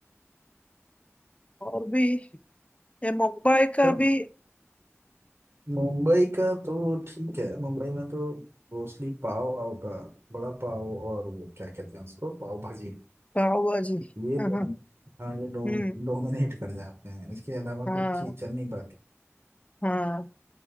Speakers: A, on the left; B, on the right.
A: और भी ये मुंबई का
B: तो
A: भी
B: मुंबई का तो ठीक है मुंबई में तो मोस्टली पाव होगा बड़ा पाव और वो क्या कहते हैं उसको पाव भाजी
A: भाव है जी
B: ये
A: <laughs>
B: दोनों
A: हाँ,
B: हाँ ये डोम
A: हम्म
B: डोमिनेट कर जाते हैं इसके अलावा
A: हाँ
B: कुछ चीज चल नहीं पाती
A: हाँ